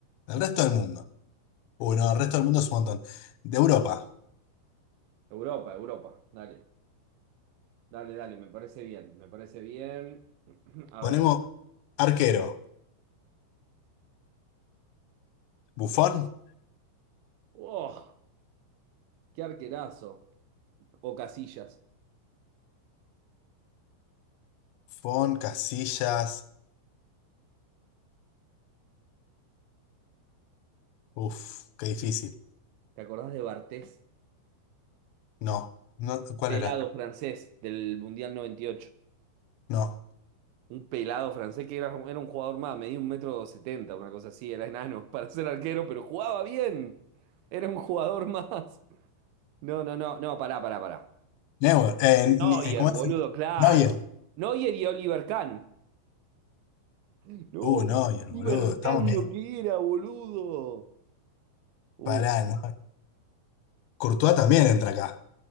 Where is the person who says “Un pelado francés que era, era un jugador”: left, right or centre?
Right